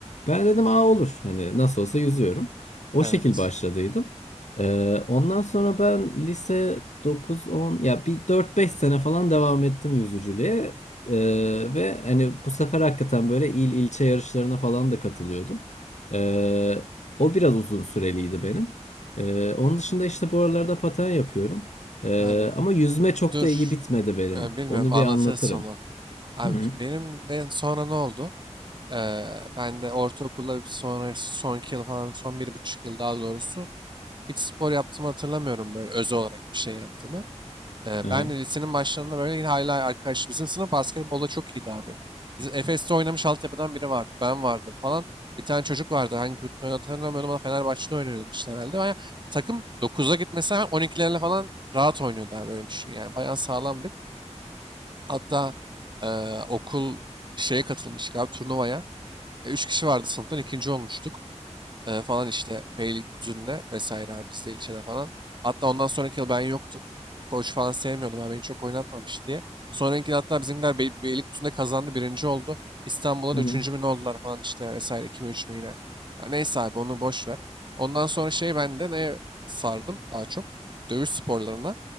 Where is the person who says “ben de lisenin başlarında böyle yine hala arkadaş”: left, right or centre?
Right